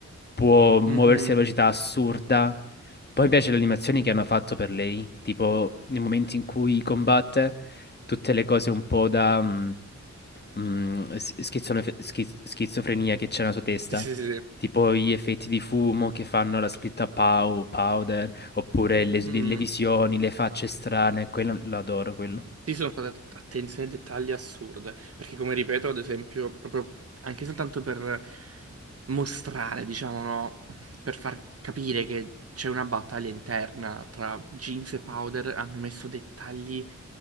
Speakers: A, on the left; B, on the right.
A: può muoversi
B: Mhm.
A: a velocità assurda. Poi mi piace le animazioni che hanno fatto per lei, tipo nei momenti in cui combatte, tutte le cose un po' da... mh, mh, s- schizone- schiz- schizofrenia che c'è nella sua testa
B: Sì, sì, sì.
A: tipo gli effetti di fumo che fanno la scritta Pow, Powder, oppure
B: Sì,
A: le, svi-
B: Mm.
A: le visioni, le facce strane, quello l'adoro, quello.
B: Sì, sono state att- attenzioni ai dettagli assurde. Perché come ripeto, ad esempio, proprio anche soltanto per mostrare, diciamo, no? Per far capire che c'è una battaglia interna tra Jinx e Powder, hanno messo dettagli